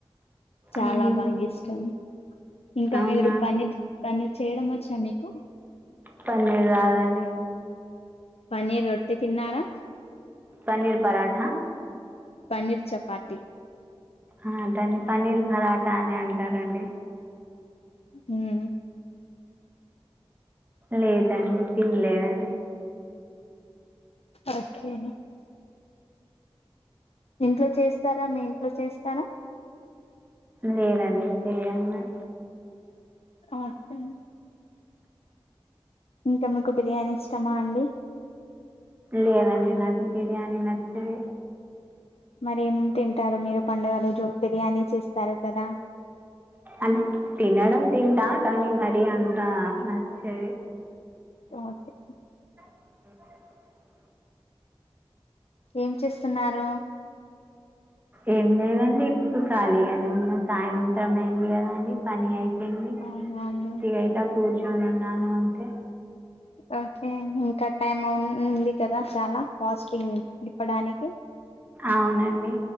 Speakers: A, on the left; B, on the right.
A: చాలా
B: మ్మ్.
A: బాగా ఇష్టం ఇంకా
B: అవునా
A: మీరు పన్నర్ పన్నర్ చేయడం వచ్చా మీకు
B: పన్నీరు రాదండి
A: పన్నీర్ రొట్టె తిన్నారా
B: పనీర్ పరాఠా
A: పన్నీర్ చపాతి
B: ఆ దాన్ని పన్నీర్ పరాటా అని అంటారండి
A: హ్మ్మ్
B: లేదండి తినలేదండి
A: ఓకే ఇంట్లో చేస్తారా మీ ఇంట్లో చేస్తారా
B: లేదండి చేయము మేము
A: ఓకే ఇంకా మీకు బిర్యానీ ఇష్టమా అండి
B: లేదండి నాకు బిర్యానీ నచ్చదు
A: మరేం తింటారు మీరు పండుగలు రోజో బిర్యానీ చేస్తారు కదా
B: అంటే తినడం తింటా కానీ మరి అంతా నచ్చది
A: ఓకే
B: <inaudible>
A: ఏం చేస్తున్నారు
B: ఏం లేదండి ఇప్పుడు ఖాళీగానే ఉన్న సాయంత్రం అయింది కదా అండి పని అయి చెప్పింది
A: అవునా అండి
B: ఇగ ఇలా కూర్చొని ఉన్నాను అంటే
A: ఓకే ఇంకా టైమ్ ఉ ఉ వుంది కదా చాలా స్ ఇప్పడానికి
B: అవునండి